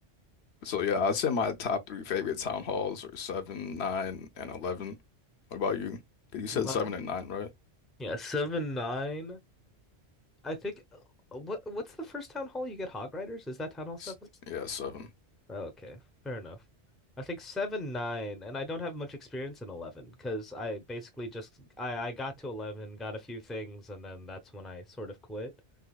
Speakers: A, on the left; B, in the centre.
A: So yeah, I'd say my top three favorite town halls are seven, nine, and eleven. What about you? 'Cause You said
B: Mom?
A: seven and nine, right?
B: Yeah, seven nine. I think uh, what what's the first town hall you get hog riders? Is that town hall seven?
A: S- Yeah, seven.
B: Oh, okay, fair enough. I think seven, nine, and I don't have much experience in 11 because I basically just I I got to 11, got a few things, and then that's when I sort of quit.